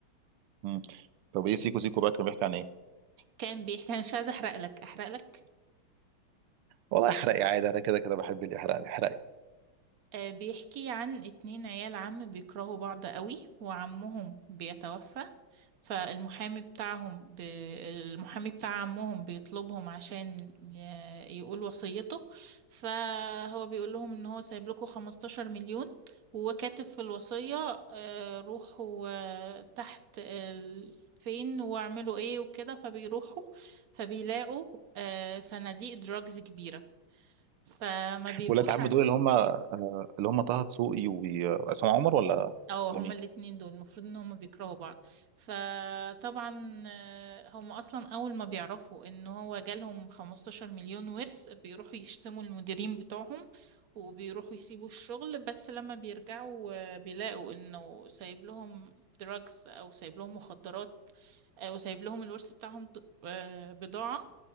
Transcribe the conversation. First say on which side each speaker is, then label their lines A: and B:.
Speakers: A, on the right (about 85°); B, on the right (about 60°).
A: مم. طب ايه سيكو سيكو بقى كان بيحكي عن ايه؟
B: كان بيحكي أنا مش عايزة أحرق لك أحرق لك
A: والله احرقي عادي انا كده كده بحب اللي يحرق لي احرقي
B: آه، بيحكي عن اتنين عيال عم بيكرهوا بعض قوي وعمهم بيتوفى فالمحامي بتاعهم ب... المحامي بتاع عمهم بيطلبهم عشان ي- يقول وصيته فهو بيقول لهم ان هو سايب لكم 15 مليون وكاتب في الوصية آه، روحوا آه، تحت ال- فين واعملوا ايه وكده فبيروحوا فبيلاقوا آه، صناديق دراجز كبيرة فما بيبقوش
A: ولاد عم
B: عارفين
A: دول اللي هم آه، اللي هم طه دسوقي وعصام عمر ولا
B: اه هما
A: ولا مين؟
B: الاتنين دول المفروض ان هما بيكرهوا بعض فطبعا آه، هما اصلا اول ما بيعرفوا ان هو جالهم 15 مليون ورث بيروحوا يشتموا المديرين بتوعهم وبيروحوا يسيبوا الشغل بس لما بيرجعوا آه، بيلاقوا انه سايب لهم دراجز او سايب لهم مخدرات آه، وسايب لهم الورث بتاعهم د- آه، بضاعة